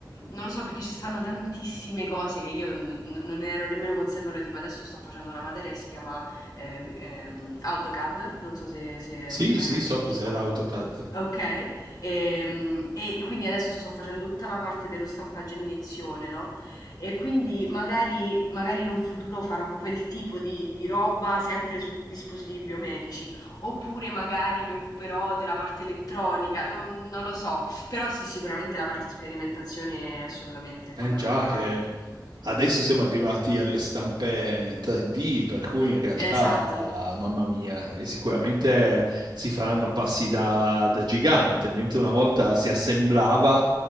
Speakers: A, on the left (about 60°); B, on the right (about 80°).
A: Non lo so perché ci stanno tantissime cose che io n- n- non ne ero nemmeno consapevole, tipo adesso sto facendo una materia che si chiama eh, ehm, AutoCAD, non so se, se
B: sì,
A: hai
B: sì,
A: mai
B: so
A: sentito.
B: cos'è l'AutoCAD.
A: Ok, ehm, e, quindi adesso sto facendo tutta la parte dello stampaggio a iniezione, no? E quindi magari, magari in un futuro farò quel tipo di, di roba sempre su dispositivi biomedici, oppure magari mi occuperò della parte elettronica, non, non lo so, però sì, sicuramente la parte di sperimentazione è assolutamente fondamentale.
B: Eh già che adesso siamo arrivati alle stampe 3D, per cui in realtà,
A: Esatto.
B: mamma mia, e sicuramente si faranno passi da, da gigante, mentre una volta si assemblava,